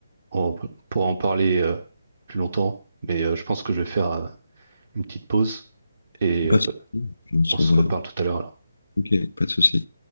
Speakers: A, on the right; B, on the left.
A: On p- pourra en parler euh, plus longtemps, mais euh, je pense que je vais faire euh, une petite pause et euh,
B: Pas de souci. On se
A: on se
B: revoit.
A: reparle tout à l'heure. alors.
B: Ok, pas de souci.